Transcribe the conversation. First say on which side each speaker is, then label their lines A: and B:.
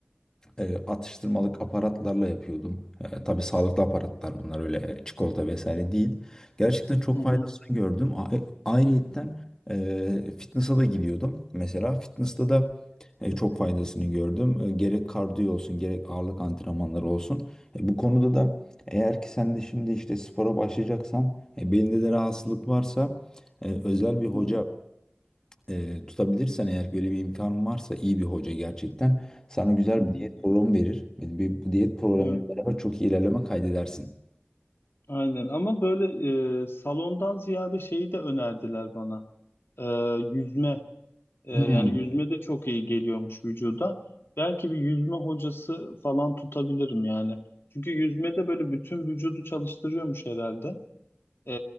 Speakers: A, on the left; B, on the left.
A: e, atıştırmalık aparatlarla yapıyordum. E, tabii sağlıklı aparatlar bunlar öyle e, çikolata vesaire değil. Gerçekten çok
B: hı, hı,
A: faydasını gördüm. A- e, Ayrıyetten e, fitness'a da gidiyordum. Mesela fitness'ta da e, çok faydasını gördüm. E, gerek kardiyo olsun gerek ağırlık antrenmanları olsun. E, bu konuda da eğer ki sen de şimdi işte spora başlayacaksan e, belinde de rahatsızlık varsa e, özel bir hoca
B: Evet.
A: e, tutabilirsen eğer böyle bir imkanın varsa iyi bir hoca gerçekten sana güzel
B: hı hı,
A: bir diyet programı verir. Bir, bir- bu diyet programıyla
B: evet.
A: beraber çok iyi ilerleme kaydedersin.
B: Aynen ama böyle e, salondan ziyade şeyi de önerdiler bana. E, yüzme. E,
A: Hmm.
B: yani yüzme de çok iyi geliyormuş vücuda. Belki bir yüzme hocası falan tutabilirim yani. Çünkü yüzme de böyle bütün vücudu çalıştırıyormuş herhalde. Ee,